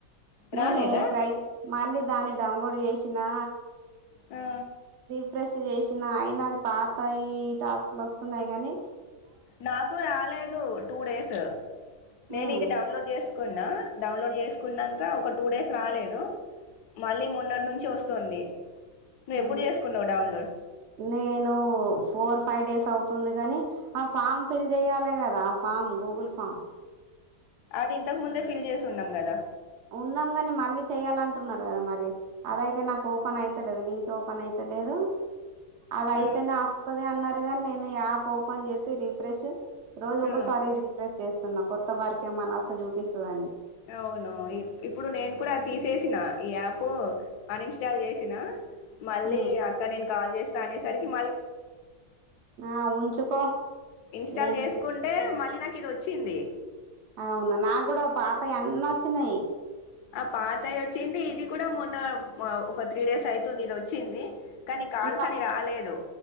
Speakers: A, on the left (about 75°); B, on the right (about 75°).
A: రాలేదా
B: నేను ట్రై మళ్ళీ దాన్ని డౌన్లోడ్ చేసినా
A: ఆ
B: రిఫ్రెష్ చేసిన ఆయన అది పాతయి టాస్క్ లు వస్తున్నాయి కాని
A: నాకు రాలేదు టూ డేస్
B: హ్మ్.
A: నేను ఇది డౌన్లోడ్ చేసుకున్నా డౌన్లోడ్ చేసుకున్నంక ఒక టూ డేస్ రాలేదు మళ్ళీ మొన్నటి నుంచి వస్ వస్తుంది నువ్వు
B: అ
A: ఎప్పుడు చేసుకున్నావు డౌన్లోడ్
B: నేను ఫోర్ ఫైవ్ డేస్ అవు తుంది కాని ఆ ఫామ్ ఫిల్ చెయాలి కదా ఆ ఫామ్ గూగుల్ ఫామ్
A: అది ఇంతకు ముందే ఫిల్ చేసి ఉన్నాం కదా
B: ఉన్నాం కాని మళ్ళీ చెయాలంటున్నారు కదా మరి, అదయితే నాకు ఓపెన్ అయితేలేదు లింక్ ఓపెన్ అయితేలేదు. అదియితేనే
A: ఆ,
B: అస్తుది అన్నార్ ముందుగానే నేను యాప్ ఓపెన్ చేసి రిఫ్రెష్ రోజు ఒక్కొసారి
A: ఆ,
B: రిఫ్రె చేస్తున్నా కొత్త వారికేమనాస చూపిస్తుందని
A: ఒ ఇప్పుడు నేను కూడా తీసేసిన ఈ యాప్ అనిన్స్టాల్ చేసినా మళ్ళీ
B: హ్మ్.
A: అక్క నేను కాల్ చేసి త అనేసరికి
B: ఆ! ఉంచుకో.
A: ఇన్స్టాల్
B: ఏం
A: చేసుకుంటే
B: గాదు.
A: మళ్ళీ న ఇది వచ్చింది
B: అవును నాకు కూడా పాత ఎన్న వచ్చినాయి
A: ఆ పాతాయ వచ్చింది ఇది కూడా మొన్ ఒక త్రీ డేస్ అయితుంది ఇది వచ్చింది కానీ కాల్స్
B: ఈ
A: అని రాలేదు